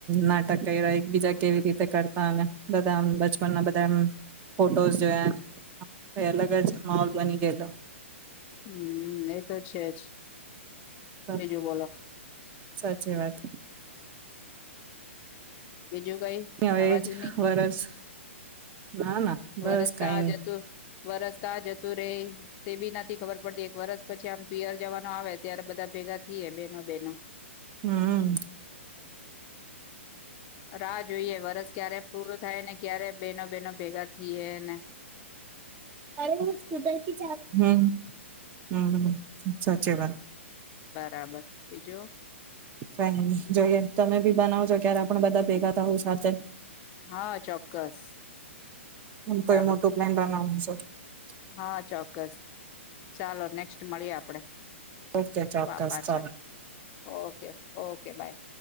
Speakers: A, on the right (about 25°); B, on the left (about 25°).
A: નાટક કર્યા એકબીજા કેવી રીતે કરતામે બધા આમ બચપનના બધા એમ ફોટોસ જોયા ને હમ ક એલગ જ માઉલ બની ગેલો
B: હમ એ તો છે જ
A: તો
B: હજું બોલો
A: સાચી વાત
B: બીજું કઈ
A: હવેજ
B: નવા જૂની
A: વરસ ના ના બસ
B: વરસ
A: કઈ
B: કા
A: નઈ
B: જતું વરસ ક જતું રે તે બી નથી ખબર પડતી એક વરસ પછી આમ પિયર જવાનો આવે ત્યારે બધા ભેગા થઈએ બેનો બેનો
A: હમ
B: <inaudible> જોઈએ વરષ ક્યારે પૂરું થાય ને ક્યારે બેનો બેનો ભેગા છી એને
A: અરે હું સ્કૂટરથી ચ હમ સાચી વાત
B: બરાબર બીજું
A: કઈ નહી જોઈએ તમે બી બનાવજો ક્યારે આપણે બધા ભેગા થ હો સાથે
B: હા ચોક્કસ ચાલો
A: કોઈ મોટું પ્લાન <inaudible>
B: હા ચોક્કસ ચાલો નેક્સ્ટ મળીએ આપડે
A: ઓકે ચોક્કસ
B: વા પાાછા
A: ચાલો
B: ઓકે ઓકે બાય